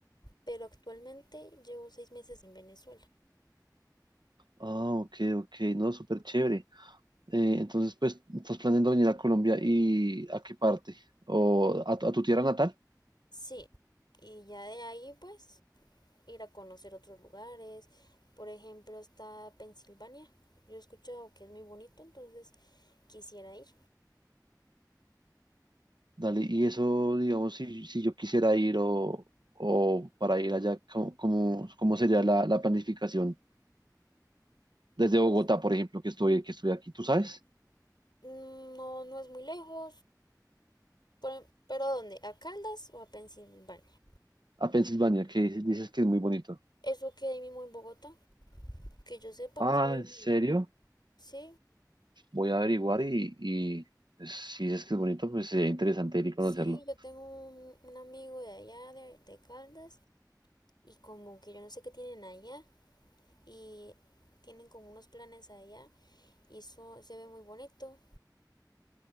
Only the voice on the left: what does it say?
pero actualmente llevo seis meses en Venezuela.
Sí, y ya de ahí pues ir a conocer otros lugares. Por ejemplo, está Pensilvania. Yo he escuchado que es muy bonito, entonces quisiera ir.
No, es-
no, no es muy lejos. Por- ¿Pero a dónde? ¿A Caldas o a Pensilvania?
Eso queda ahí mismo en Bogotá. Que yo sepa,
queda ahí
mismo.
Sí,
sí, yo tengo un, un amigo de allá, de, de Caldas, y como que yo no sé qué tienen allá, y tienen como unos planes allá y eso se ve muy bonito.